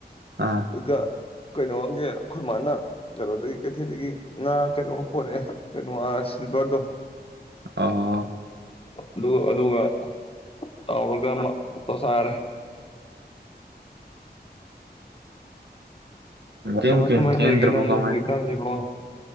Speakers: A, on the right (about 75°); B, on the left (about 30°).
A: ꯑꯥ
B: ꯑꯗꯨꯒꯒ ꯀꯩꯅꯣꯒꯤ ꯑꯩꯈꯣꯏ ꯃꯥꯅ ꯀꯩꯅꯣꯗꯒꯤ ꯀꯩꯊꯦꯜꯗꯒꯤ ꯉꯥ ꯀꯩꯅꯣ ꯄꯣꯔꯔꯛꯑꯦ ꯀꯩꯅꯣ ꯑꯁ ꯆꯄꯔꯗꯣ
A: ꯑ
B: ꯑꯗꯨꯒ ꯑꯗꯨꯒ ꯇꯧꯔꯒ ꯑꯃ ꯇꯣꯁꯥꯔꯦ
A: ꯋꯥꯀꯤꯡ
B: ꯀꯃꯥꯏ
A: ꯅꯨꯡꯀꯤꯡ
B: ꯀꯃꯥꯏ
A: ꯆꯦꯟꯗ꯭ꯔꯕꯣ
B: ꯂꯩꯒꯦ ꯅꯪꯕꯣ
A: ꯀꯃꯥꯏ
B: ꯍꯧꯖꯤꯛꯀꯥꯟꯁꯤꯕꯣ